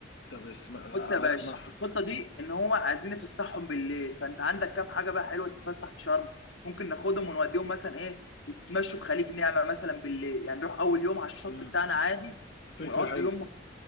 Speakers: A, on the left; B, on the left.
A: طب اسمع
B: بص يا باشا
A: اسمح
B: الخطه دي ان هو عايزين يفسحهم بالليل فانت عندك كام حاجه بقى حلوه تتفسح في شرم ممكن ناخدهم ونوديهم مثلا ايه يتمشوا في خليج نعمه مثلا بالليل يعني نروح اول يوم على الشط
A: مم،
B: بتاعنا عادي
A: فكره
B: ونقضي
A: حلوه
B: يوم